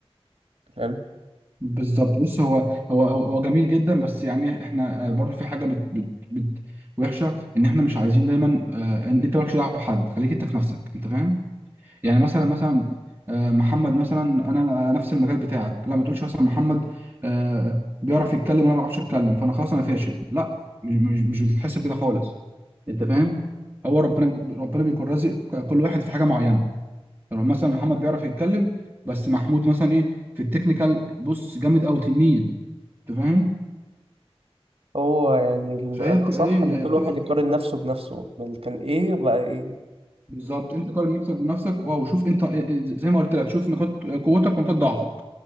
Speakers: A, on the right (about 65°); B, on the right (about 20°).
A: فاهم
B: بالظبط بص هو هو هو هو جميل جدا بس يعني احنا آه، برضو في حاجه بت بت بت وحشه ان احنا مش عايزين دايما آه، ان انت مالكش دعوه بحد خليك انت في نفسك انت فاهم يعني مثلا مثلا آه، محمد مثلا انا نفس المجال بتاعك لا ما تقولش مثلا محمد آه، بيعرف يتكلم وانا ما بعرفش اتكلم فانا خلاص انا فاشل لا مش مش مش بتتحسب كده خالص انت فاهم هو ربنا ربنا بيكون رازق كل واحد في حاجه معينه يعني مثلا محمد بيعرف يتكلم بس محمود مثلا ايه في التكنيكال بص جامد قوي تنين انت فاهم
A: هو يعني ال-
B: فهي
A: الأصح
B: بتبقى ايه
A: إن
B: يعني
A: كل
B: بتبقى
A: واحد يقارن نفسه بنفسه بال- كان إيه بقى إيه
B: بالظبط انت قارن نفسك بنفسك واو شوف انت إيه- إيه- زي ما قلت لك شوف نقاط قوتك ونقاط ضعفك